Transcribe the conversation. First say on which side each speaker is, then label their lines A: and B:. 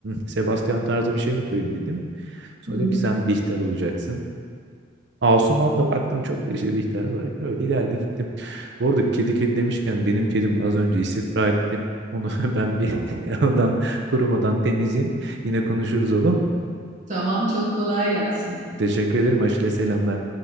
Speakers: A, on the right (about 55°); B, on the right (about 35°).
A: Sebastian tarzı bir şey mi koyayım dedim. Sonra
B: Hı hı.
A: dedim ki sen Bihter olacaksın. Asuman da baktım çok işte bir ihtiyar olarak öyle ileride gittim. Bu arada kedi kedi demişken benim kedim az önce istifra etti. Onu <laughs> ben bir <laughs> oradan kurumadan temizleyeyim. Yine konuşuruz olur mu?
B: Tamam, çok kolay gelsin.
A: Teşekkür ederim. Aşile selamlar.